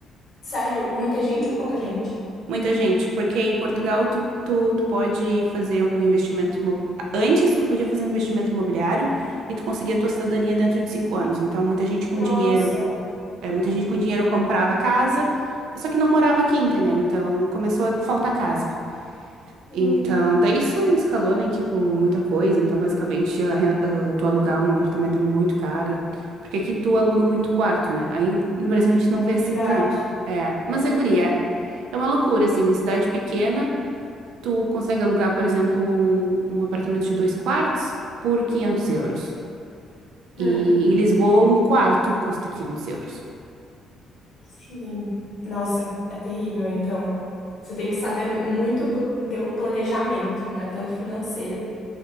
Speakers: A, on the left; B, on the right.
A: Sério, muita gente ou pouca gente?
B: Muita gente, porque em Portugal tu, tu, tu pode fazer um investimento imo- Antes tu podia fazer um investimento imobiliário e tu conseguia a tua cidadania dentro de cinco anos. Então muita gente com
A: Nossa,
B: dinheiro É, muita gente com dinheiro comprava casa, só que não morava aqui, entendeu? Então começou a faltar casa.
A: hum,
B: Então, daí isso escalou, né? Tipo, muita coisa. Então, basicamente, a ren- ah, tu alugar um apartamento é muito caro. Porque aqui tu aluga muito quarto, né? Aí no Brasil a gente não vê assim
A: é verdade,
B: tanto. É, mas
A: é verdade.
B: é guria. É É uma loucura, assim. Em cidade pequena, tu consegue alugar, por exemplo, um, um apartamento de dois quartos por 500 euros.
A: Hum,
B: E em Lisboa, um quarto custa 500 euros.
A: sim. Nossa, é terrível, então. Você tem que saber muito pl- ter um planejamento, né? Tanto financeiro,